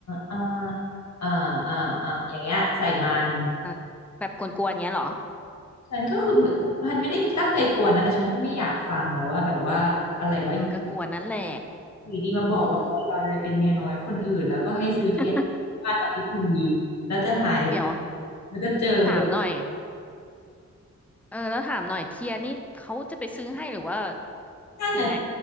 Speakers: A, on the left (about 65°); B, in the centre.
A: อ่าอ่าอ่าอ่าอย่างเงี้ยใส่มัน
B: อ่ะแบบกวนๆเงี้ยเหรอ
A: ฉันก็คือฉันไม่ได้ตั้งใจกวนนะแต่ฉันแค่ไม่อยากฟังแล้วว่าแบบว่าอะไรว่าอย
B: เออก็กวนนั่นแหละ
A: ู่ดีมาบอกว่าคนเราจะไปเป็นเมียน้อยคนอื่นแล้วก็ให้ซื้อเทียน
B: อืม <laughs>
A: มาทำพิธีแล้วจะหายไปเป็น
B: เดี๋ยว
A: แล้วจะเจอแบบ
B: ถามหน่อยเออแล้วถามหน่อยเทียนี่เขาจะไปซื้อให้หรือว่า
A: นั่นน่ะ
B: ยังไง